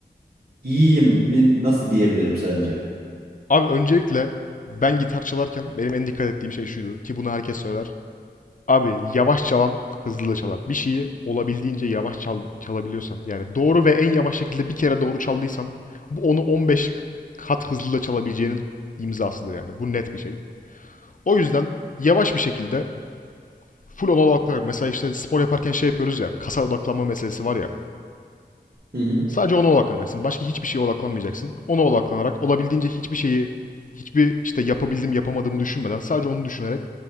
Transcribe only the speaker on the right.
iyiyim mi nasıl diyebilirim sence?
Hı hı.